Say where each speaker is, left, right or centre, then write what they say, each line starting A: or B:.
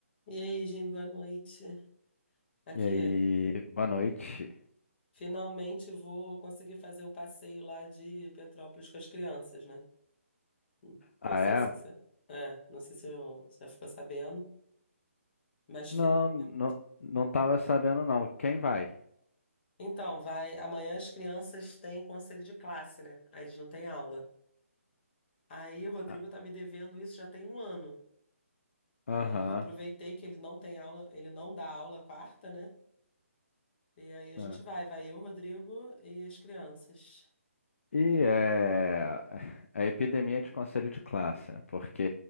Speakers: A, on the left (about 45°); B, on the left (about 65°).
A: E aí, Jim, boa noite. Aqui,
B: E aí, boa noite.
A: finalmente vou conseguir fazer o passeio lá de Petrópolis com as crianças, né? Hum,
B: Ah,
A: Não sei
B: é?
A: se você, é, não sei se eu- você ficou sabendo, mas
B: Não,
A: finalmente.
B: não, não tava sabendo não. Quem vai?
A: Então, vai, amanhã as crianças têm conselho de classe, né? Aí eles não têm aula. Aí o Rodrigo
B: Ah,
A: tá me devendo isso já tem um ano. Aí
B: Aham.
A: eu aproveitei que ele não tem aula, ele não dá aula quarta, né? E aí a
B: né.
A: gente vai, vai eu, Rodrigo e as crianças.
B: E eh, <laughs> é a epidemia de conselho de classe, né? Porque